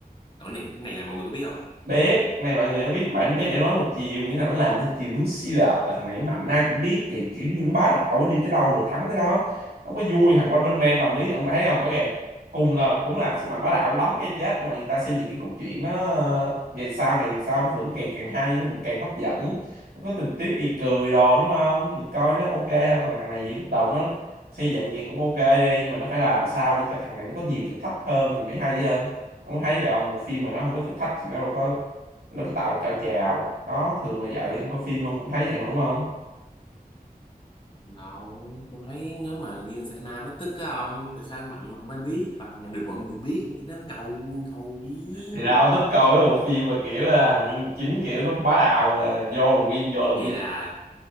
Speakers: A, on the left; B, on the right.
A: cái này cái này là mọi người có biết không
B: biết này mọi người nó biết bạn bé chỉ nói một chiều nghĩa là nó làm theo chiều hướng Xi Lạp là thằng này nó mạnh ai cũng biết kiểu, kiểu như nó bá đạo đi tới đâu rồi thắng tới đó không có vui thằng quanh bên men đồng ý ông thấy không rõ ràng cùng là cũng là sức mạnh bá đạo đấm cái chết nhưng mà người ta xây dựng cái cốt truyện nó ờ, ngày sau ngày sau nó vẫn càng càng hay nó vẫn càng hấp dẫn nó có tình tiết gây cười đồ đúng không thì coi nó ok hơn còn thằng này thì lúc đầu nó xây dựng vậy cũng ok đi nhưng mà nó phải làm sao để cho thằng này nó có nhiều thử thách hơn thì mới hay hơn ông có thấy vậy không bộ phim mà nó không có thử thách thì nó đâu có nó có tạo được cao trào đó thường là vậy ông coi phim ông cũng thấy vậy mà đúng không
A: đâu tôi thấy nếu mà như Saitama Mai mất tích á ông tại sao mạnh mà không ai biết còn được mọi người biết nhưng nó ngầu ngầu điên
B: thì ra ông thích coi cái bộ phim mà kiểu là thằng nhân chính kiểu nó bá đạo à, vô là win vô là
A: vậy
B: win
A: là